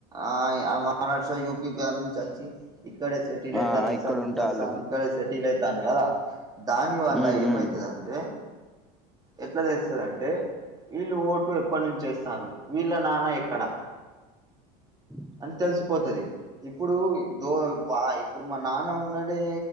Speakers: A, on the right; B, in the centre.
A: ఆ యా మహారాష్ట్ర యూపి బ్యాలంచ్ వచ్చి ఇక్కడే సెటిల్
B: ఆ
A: అయితారు
B: ఇక్కడ
A: సంత
B: ఉంటాళ్ళు
A: సారా ఇక్కడే సెటిల్ అయితారు కదా దాని వల్ల
B: ఉమ్
A: ఏమైతది
B: ఉమ్
A: అంటే ఎట్లా తెలుస్తుదంటే వీళ్ళు ఓటు ఎప్పటి నుంచి ఏస్తరు వీళ్ళ నాన్న ఎక్కడ
B: అ
A: అని తెలిసిపోతది ఇప్పుడు దో వా ఇప్పుడు మా నాన్న ఉన్నడే